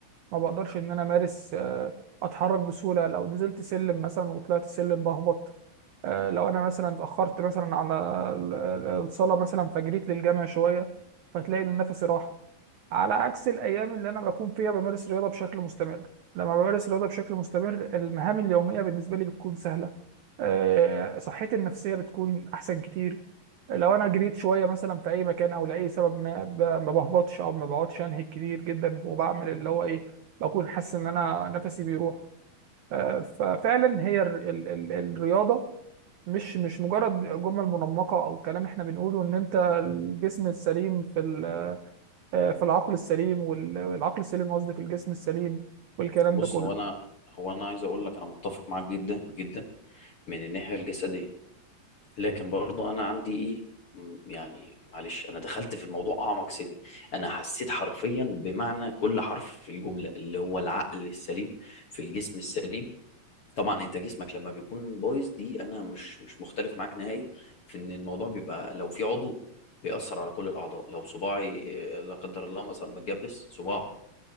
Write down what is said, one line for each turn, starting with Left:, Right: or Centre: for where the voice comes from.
Right: ما بقدرش ان انا امارس آه، اتحرك بسهوله لو نزلت سلم مثلا وطلعت سلم بهبط آه، لو انا مثلا اتاخرت مثلا على ال- ال- الصلاه مثلا فجريت للجامع شويه فتلاقي ان نفسي راح على عكس الايام اللي انا بكون فيها بمارس رياضه بشكل مستمر لما بمارس رياضه بشكل مستمر المهام اليوميه بالنسبه لي بتكون سهله آه، صحتي النفسيه بتكون احسن كتير لو انا جريت شويه مثلا في اي مكان او لاي سبب ما ب- ما بهبطش او ما بقعدش انهك كتير جدا وبعمل اللي هو ايه بكون حاسس ان انا نفسي بيروح آه، ففعلا هي ال- ال- ال- الرياضه مش مش مجرد جمل منمقة أو كلام إحنا بنقوله إن أنت الجسم السليم في ال- آه، في العقل السليم وال- والعقل السليم قصدي في الجسم السليم والكلام
Left: بص
Right: ده كله
Left: هو انا هو انا عايز اقول لك انا متفق معاك جدا جدا من الناحيه الجسديه لكن برضه انا عندي ايه م- يعني معلش انا دخلت في الموضوع اعمق سن انا حسيت حرفيا بمعنى كل حرف في الجمله اللي هو العقل السليم في الجسم السليم طبعا انت جسمك لما بيكون بايظ دي انا مش مش مختلف معاك نهائي في ان الموضوع بيبقى لو في عضو بيأثر على كل الاعضاء لو صباعي آه، لا قدر الله مثلا متجبس صباعه